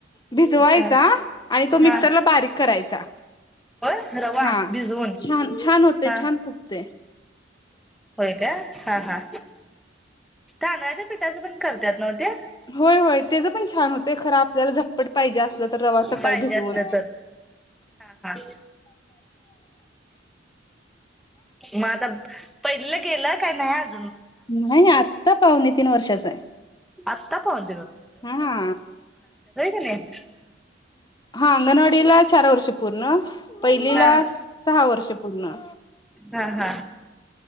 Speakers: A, on the left (about 20°); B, in the centre.
A: भिजवायचा
B: हा
A: आणि तो मिक्सरला
B: हा
A: बारीक करायचा.
B: होय रवा
A: हा
B: भिजवून
A: छान छान होतय
B: हा
A: छान फुगतय.
B: होय काय? हा हा तांदळाच्या पिठाचं पण करतात नव्ह ते
A: होय होय तेज पण छान होतय खर आपल्याला झट पट पाहिजे असलं तर रवा सकाळी
B: पाहिजे
A: भिजवून
B: असलं तर हा हा मग आता पहिलं केलाय का नाही अ
A: नाही आत्ता पाहुणे तीन वर्षाचा हाय.
B: आत्ता पण
A: हा हा
B: की नाही
A: हा अंगनवाडीला चार वर्ष पूर्ण पहिलीला
B: हा
A: सहा वर्ष पूर्ण.
B: हा हा